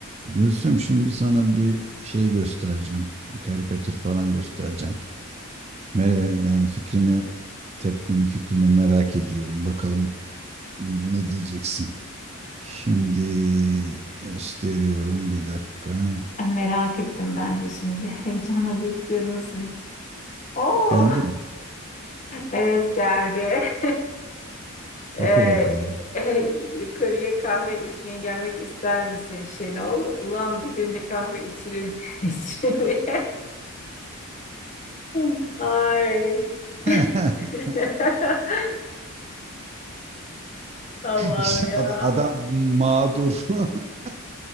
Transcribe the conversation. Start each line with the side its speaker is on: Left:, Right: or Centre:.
Right: Gülsüm şimdi sana bir şey göstereceğim. Bir karikatür falan göstereceğim. Mere- yani fikrini, tepkini, fikrini merak ediyorum. Bakalım ne diyeceksin. Şimdi gösteriyorum bir dakika.
Left: Merak ettim ben de şimdi. <laughs> Heyecanla bekliyorum nasıl bir... Oo!
Right: Geldi
Left: <laughs>
Right: mi?
Left: Evet geldi. <laughs> Ee,
Right: Oku bakalım.
Left: e, yukarıya kahve içmeye gelmek ister misin Şenol? Ulan bir günde kahve içilir. <laughs> içilir. <laughs> Ay.
Right: <laughs>
Left: <laughs> Allah'ım
Right: İşte
Left: ya.
Right: ada- adam, mağdur. <laughs>